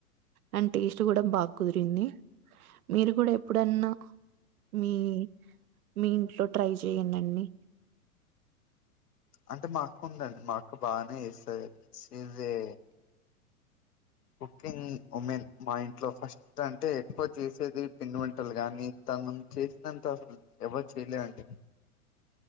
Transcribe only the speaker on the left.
అంటే మా అక్క ఉందండి మా అక్క బాగానే వస్తారు ఇదే కుకింగ్ ఉమెన్ మా ఇంట్లో ఫస్ట్ అంటే ఎక్కువ చేసేది పిన్ని వంటలు గాని తను చేసినంత అసలు ఎవరు చేయలేదండి